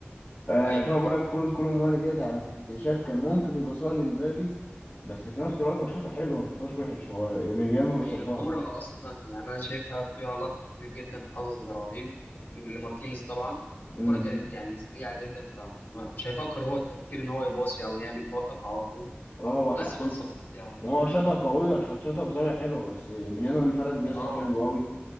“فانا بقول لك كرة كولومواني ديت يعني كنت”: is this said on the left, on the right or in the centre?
Left